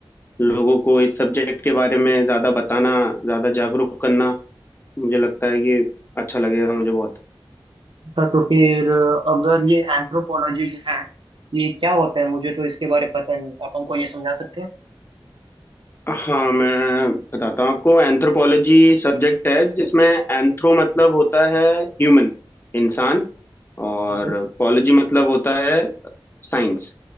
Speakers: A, on the left; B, on the right.
A: लोगों को इस सब्जेक्ट के बारे में ज़्यादा बताना ज़्यादा जागरूक करना मुझे लगता है कि अच्छा लगेगा मुझे बहुत
B: अच्छा, तो फिर अ, अगर ये एंथ्रोपोलॉजी जो है ये क्या होता है मुझे तो इसके बारे में पता नहीं आप हमको ये समझा सकते हैं
A: हाँ मैं बताता हूँ आपको एंथ्रोपोलॉजी सब्जेक्ट है जिसमें एंथ्रो मतलब होता है ह्यूमन इंसान और
B: ठीक है
A: पॉलोजी मतलब होता है साइंस